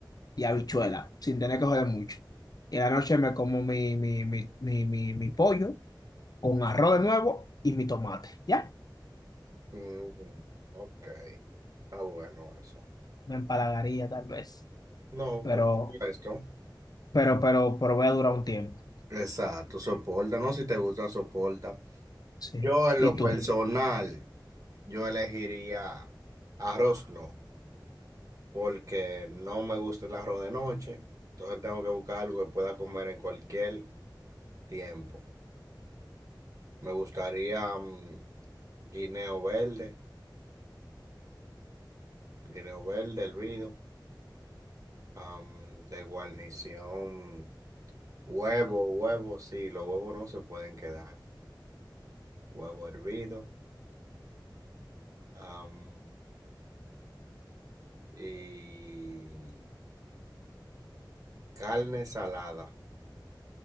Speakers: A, on the left; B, on the right.
A: y habichuela, sin tener que joder mucho. Y en la noche me como mi, mi, mi, mi, mi, mi pollo con arroz de nuevo y mi tomate. Ya,
B: Mm, ok, está bueno eso.
A: me empalagaría tal vez.
B: No,
A: Pero,
B: por supuesto.
A: pero, pero, pero voy a durar un tiempo.
B: Exacto, soporta, ¿no? Si te gusta, soporta.
A: Sí.
B: Yo en
A: ¿Y
B: lo personal,
A: tú?
B: yo elegiría arroz, no, porque no me gusta el arroz de noche, entonces tengo que buscar algo que pueda comer en cualquier Tiempo. Me gustaría mm, guineo verde, guineo verde hervido, am, de guarnición, huevo, huevo, sí, los huevos no se pueden quedar. Huevo hervido, am, y carne salada.